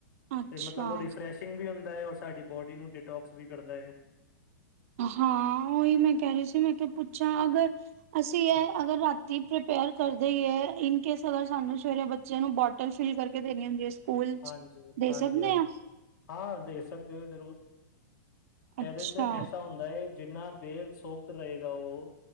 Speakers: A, on the right; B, on the left.
A: ਅੱਛਾ
B: ਤੇ ਮਤਲਬ ਉਹ ਰਿਫੈ੍ਸ਼ਿੰਗ ਵੀ ਹੁੰਦਾ ਔਰ ਸਾਡੀ ਬੋਡੀ ਨੂੰ ਡਿਟੋਕਸ ਵੀ ਕਰਦਾ ਹੈ
A: ਹਾਂ ਉਹੀ ਮੈਂ ਕਹਿ ਰਹੀ ਸੀ ਮੈਂ ਕਿਹਾ ਪੁੱਛਾਂ ਅਗਰ ਅਸੀਂ ਏਹ ਅਗਰ ਰਾਤੀ ਪ੍ਰਪੇਅਰ ਕਰਦੇ ਹੀ ਹੈ ਇਨ ਕੇਸ ਅਗਰ ਸਾਨੂੰ ਸਵੇਰੇ ਬੱਚੇ ਨੂੰ ਬ ਰਿਫਲ ਕਰਕੇ ਦੇਣੀ ਹੁੰਦੀਆ ਸਕੂਲ 'ਚ
B: ਹਾਂਜੀ,
A: ਦੇ
B: ਹਾਂਜੀ-ਹਾਂਜੀ,
A: ਸਕਦੇ ਹਾਂ
B: ਹਾਂ ਦੇਖ ਸਕਦੇ ਹੋ ਜ਼ਰੂਰ ਇਹਦੇ
A: ਅੱਛਾ
B: 'ਚ ਐਸਾ ਹੁੰਦਾ ਹੈ ਜਿੰਨਾ ਫਿਰ ਸੋਕਟ ਰਹੇਗਾ ਉਹ